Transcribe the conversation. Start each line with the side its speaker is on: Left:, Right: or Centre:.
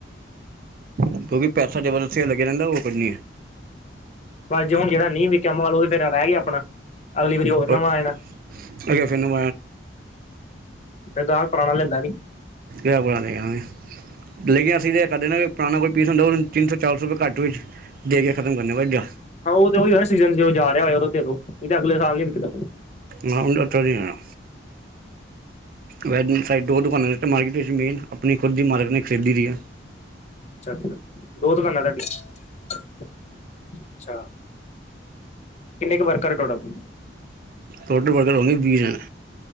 Right: ਕਿਉਂਕਿ ਪੈਸਾ ਜ਼ਬਰਦਸਤੀ ਲੱਗਿਆ ਰਹਿੰਦਾ ਉਹ ਵਧੀਆ
Left: ਪਰ ਜੇ ਹੁਣ ਜਿਹੜਾ ਨਹੀਂ ਵਿਕਿਆ ਮਾਲ ਉਹ ਫੇਰ ਰਹਿ ਗਿਆ ਆਪਣਾ ਅਗਲੀ ਵਾਰੀ ਹੋਰ
Right: <unintelligible>
Left: ਨਵਾਂ ਆ ਜਾਣਾ
Right: ਕਿਸੇ
Left: ਫਿਰ ਗਾਹਕ ਪੁਰਾਣਾ ਲੈਂਦਾ ਨੀ
Right: ਦਾ ਬੁਰਾ ਨਹੀਂ ਲੇਕਿਨ ਅਸੀਂ ਤੇ ਕਰਦੇ ਨਾ ਵੀ ਪੁਰਾਣਾ ਕੋਈ ਪੀਸ ਹੁੰਦਾ, ਉਹਨੂੰ ਤਿੰਨ ਸੌ ਚਾਰ ਸੌ ਰੁਪਏ ਘੱਟ ਵਿੱਚ ਦੇ ਕੇ ਖਤਮ ਕਰਨਾ ਵੀ ਔਰ ਕਿਆ
Left: ਹਾਂ ਉਹ ਤਾਂ ਉਹੀਈ ਹੋਇਆਂ ਨਾ ਸੀਜਨ ਜਦੋਂ ਜਾ ਰਿਆ ਹੋਏ ਉਦੋਂ ਦੇਦੋ, ਨਹੀਂ ਤਾਂ ਅਗਲੇ ਸਾਲ ਨੀ ਵਿਕਦਾ।
Right: ਮੈ ਹੁਣ ਅੱਠ ਵਜ਼ੇ ਆਇਆਂ। ਵੈ ਸਾਈਡ ਦੋ ਦੁਕਾਨਾਂ ਨੇ ਅਤੇ ਮਾਰਕੀਟ ਵਿੱਚ ਮੇਨ ਆਪਣੀ ਖੁਦ ਦੀ ਮਾਰੀਟ ਨੇ ਖਰੀਦੀ ਦੀ ਐ।
Left: ਅੱਛਾ, ਦੋ ਦੁਕਾਨਾਂ ਤੁਹਾਡੀਆਂ। ਅੱਛਾ, ਕਿੰਨੇ ਕੁ ਵਰਕਰ ਟੋਟਲ
Right: ਟੋਟਲ ਵਰਕਰ ਹੋਣਗੇ ਵੀਹ ਜਾਣੇਂ,